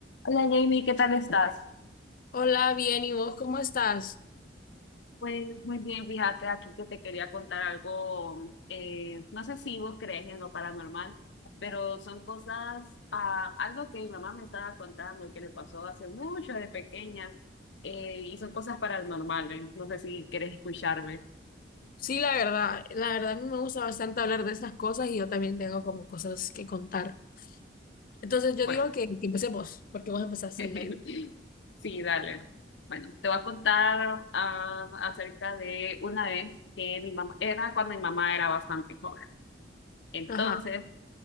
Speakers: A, on the left; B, on the left.
A: Hola Jamie, ¿qué tal estás?
B: Hola, bien, ¿y vos cómo estás?
A: Pues muy bien, fíjate aquí que te quería contar algo, eh, no sé si vos crees en lo paranormal, pero son cosas, ah, algo que mi mamá me estaba contando que le pasó hace mucho de pequeña, eh, y son cosas paranormales, no sé si quieres escucharme.
B: Sí, la verdad, la verdad a mí me gusta bastante hablar de estas cosas y yo también tengo como cosas que contar. Entonces yo
A: Bueno,
B: digo que, que empecé vos, porque vos empezaste
A: <laughs>
B: el live.
A: sí, dale. Bueno, te voy a contar, ah, acerca de una vez que mi mamá, era cuando mi mamá era bastante joven. Entonces,
B: Ajá,